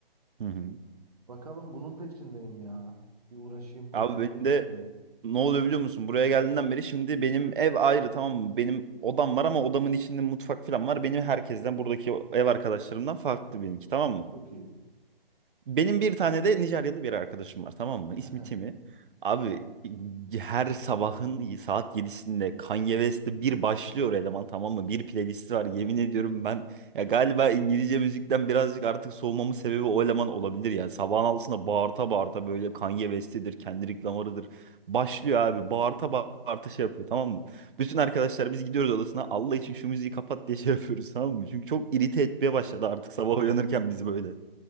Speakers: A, on the right (about 60°); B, on the right (about 40°).
A: Hı hı.
B: Bakalım bunun peşindeyim ya. Bir uğraşayım, koşturayım
A: Abi benim de
B: istiyorum.
A: ne oluyor biliyor musun? Buraya geldiğinden beri şimdi benim ev ayrı tamam mı? Benim odam var ama odamın içinde mutfak falan var. Benim herkesten buradaki ev arkadaşlarımdan farklı benimki tamam mı?
B: Çok iyi.
A: Benim bir tane de Nijeryalı bir arkadaşım var tamam mı?
B: <laughs>
A: İsmi Timi. Abi her sabahın saat yedisinde Kanye West'te bir başlıyor eleman tamam mı? Bir playlisti var yemin ediyorum ben ya galiba İngilizce müzikten birazcık artık soğumamın sebebi o eleman olabilir ya. Sabahın altısında bağırta bağırta böyle Kanye West'idir, Kendrick Lamar'ıdır. Başlıyor abi bağırta bağırta şey yapıyor tamam mı? Bütün arkadaşlar biz gidiyoruz odasına Allah için şu müziği kapat diye şey yapıyoruz tamam mı? Çünkü çok irite etmeye başladı artık sabah uyanırken bizi böyle.